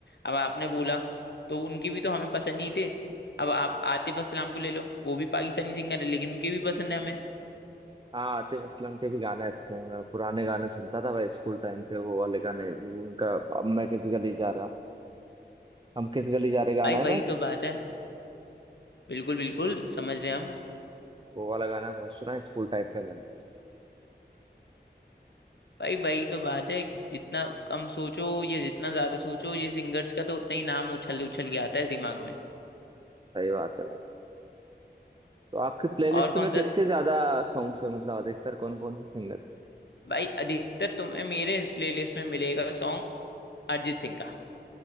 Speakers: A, on the left; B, on the right.
A: अब आपने बोला तो उनके भी तो हमें पसंद ही थे अब आप आतिफ असलाम को ले लो वो भी पाकिस्तानी सिंगर है लेकिन उनके भी पसंद है हमें
B: हाँ, आतिफ असलम के भी गाने अच्छे हैं मैं पुराने गाने सुनता था भाई स्कूल टाइम पे वो वाले गाने वो उनका अब मैं किस गली जा रहा हम किस गली जा रहे गाना
A: भाई
B: है ना
A: वही
B: एक,
A: तो बात है बिल्कुल बिल्कुल समझ रहे हैं हम
B: वो वाला गाना बहुत सुना है स्कूल टाइम पे मैंने
A: भाई वही तो बात है जितना कम सोचो ये जितना ज्यादा सोचो ये सिंगर्स का तो उतना ही नाम उछल उछल के आता है दिमाग में
B: सही बात है भाई तो आपके प्लेलिस्ट
A: और कौन
B: में किसके
A: सा
B: ज्यादा सॉन्ग्स है मतलब अधिकतर कौन कौन से सिंगर
A: भाई अधिकतर तुम्हें मेरे प्लेलिस्ट में मिलेगा सॉन्ग अरिजीत सिंह का